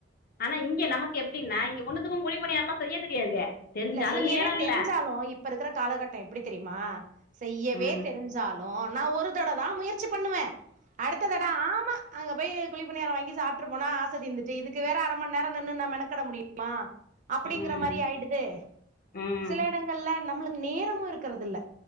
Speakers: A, on the left; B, on the right.
A: ஆனா இங்க நமக்கு எப்டின்னா இங்க ஒண்ணுத்துக்கு குழி பணியாரல்லா செய்ய தெரியாது தெரிஞ்சாலும்
B: இல்ல செய்யவே
A: நேரம்
B: தெரிஞ்சாலு
A: இல்ல
B: இப்ப இருக்கிற காலகட்டோ எப்டி தெரியுமா செய்யவே
A: உம்
B: தெரிஞ் சாலு நா ஒரு தட தா முயற்சி பண்ணுவே அடுத்த தட ஆமா அங்க போய் குழிபனியாரோ வாங்கி சாப்ட்ரு போனா ஆச தீந்துட்டு இதுக்கு வேற அர மணி நேரோ நின்னு நா மெனக் கெட முடியுமா அப்டிங்கிற
A: உம்
B: மாரி ஆயிடுது
A: ம்
B: சில இடங்கள்ல நம்மளுக்கு நேரமு இருக்குறதில்ல